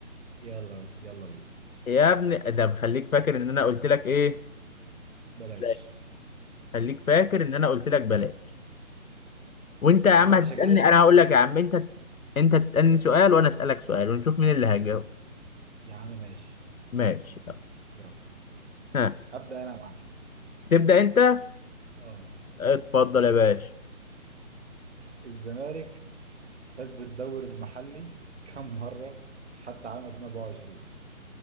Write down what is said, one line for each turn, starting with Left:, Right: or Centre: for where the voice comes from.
Right: يلا بس يلا بينا
Left: يا ابني ده مخليك فاكر ان انا قلت لك ايه
Right: بلاش
Left: بلاش خليك فاكر ان انا قلت لك بلاش وانت يا عم
Right: يلا يا
Left: هتسألني
Right: باشا جاهز
Left: انا هقول لك يا عم انت انت تسألني سؤال وانا اسألك سؤال ونشوف مين اللي هيجاوب
Right: يا عم ماشي
Left: ماشي يلا.
Right: يلا
Left: ها
Right: هبدأ انا يا معلم
Left: تبدأ انت
Right: اه
Left: اتفضل يا باشا
Right: الزمالك فاز بالدوري المحلي كم مرة حتى عام 2024